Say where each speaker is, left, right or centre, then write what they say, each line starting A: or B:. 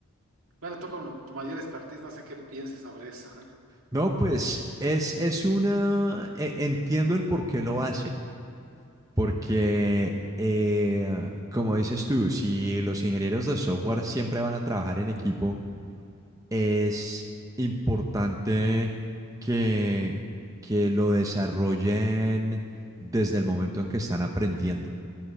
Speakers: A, on the right; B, on the right.
A: Bueno, tú con tu mayor expertise, no sé qué pienses sobre eso. <laughs>
B: No, pues es, es una... e- Entiendo el por qué lo hacen. Porque, eh, como dices tú, si los ingenieros de software siempre van a trabajar en equipo, es importante que, que lo desarrollen desde el momento en que están aprendiendo,